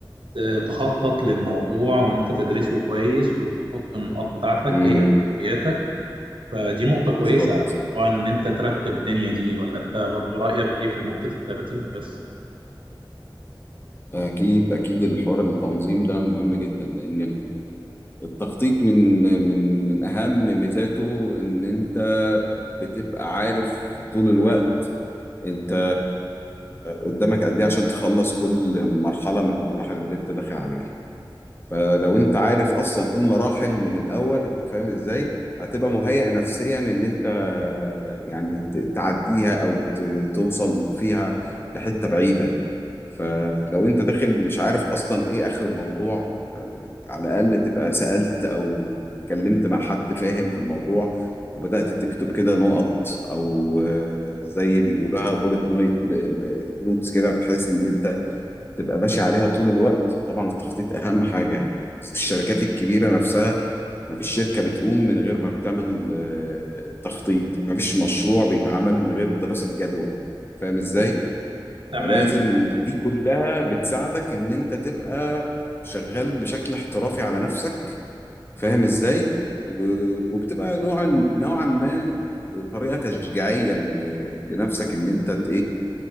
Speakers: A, on the right (about 80°); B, on the left (about 25°).
A: ت- تخطط للموضوع وان انت تدرسه كويس وتحط النقاط بتاعتك
B: امم
A: ايه اولوياتك فدي نقطه كويسه
B: بالظبط
A: طبعا ان انت ترتب الدنيا دي ولا انت برضه رايك ايه في نقطه الترتيب بس
B: أكيد أكيد الحوار التنظيم ده مهم جدا لأن ال- التخطيط من من من أهم ميزاته إن أنت بتبقى عارف طول الوقت أنت قدامك قد إيه عشان تخلص كل مرحلة من المراحل اللي أنت داخل عليها فلو أنت عارف أصلا إيه المراحل من الأول أنت فاهم إزاي هتبقى مهيئ نفسيا إن أنت يعني ت- تعديها أو ت- توصل فيها لحتة بعيدة فلو انت داخل مش عارف اصلا ايه اخر الموضوع يعني على الاقل تبقى سألت او اتكلمت مع حد فاهم في الموضوع وبدأت تكتب كده نقط او آه، زي بيقولها بولت نايت نوتس كده بحيث ان انت تبقى ماشي عليها طول الوقت طبعا التخطيط اهم حاجة يعني الشركات الكبيرة نفسها مفيش شركة بتقوم من غير ما بتعمل آه، تخطيط مفيش مشروع بيتعمل من غير دراسة جدوى فاهم ازاي؟
A: تمام
B: فلازم دي كلها بتساعدك ان انت تبقى شغال بشكل احترافي على نفسك فاهم ازاي و- وبتبقى نوعا نوعا ما طريقة تشجيعية ل- لنفسك ان انت ت- ايه